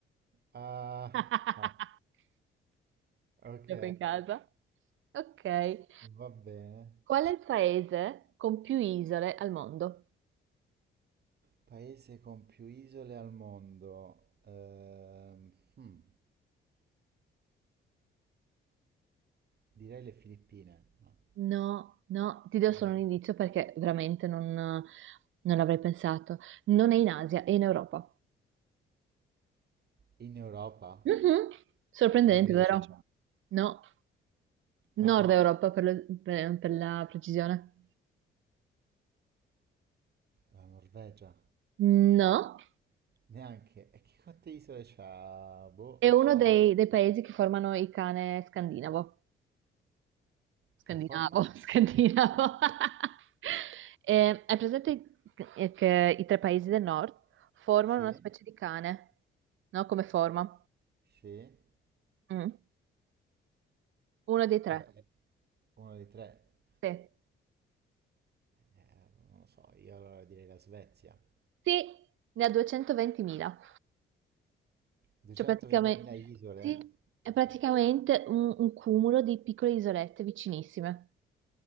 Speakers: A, on the right; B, on the right.
A: Ah,
B: <laughs>
A: ah, ok.
B: Gioco in casa. Ok.
A: Va bene.
B: Qual è il paese con più isole al mondo?
A: Paese con più isole al mondo. Ehm, hmm, direi le Filippine. ma
B: No, no, ti do solo
A: No.
B: un indizio perché veramente non, non l'avrei pensato. Non è in Asia, è in Europa.
A: In Europa?
B: Mhm. Sorprendente,
A: La Grecia?
B: Norvegia. vero? No, Nord
A: No,
B: No. Europa per, lo- per- per la precisione.
A: la Norvegia.
B: No,
A: Neanche. E che quante isole c'ha? Boh.
B: è uno
A: eh,
B: dei, dei paesi che formano il cane scandinavo. Scandinavo,
A: che forma?
B: <laughs> scandinavo. <laughs> Eh, Hai presente che che i tre paesi del nord formano
A: Sì,
B: una specie di cane, no? Come forma?
A: sì,
B: Mm. Uno dei tre.
A: vabbè, è uno dei tre,
B: Sì,
A: Eh, non lo so, io allora direi la Svezia.
B: sì, ne ha 220.000,
A: 220.000
B: cioè praticamente,
A: isole?
B: sì, è praticamente
A: Ok,
B: un, un cumulo di piccole isolette vicinissime.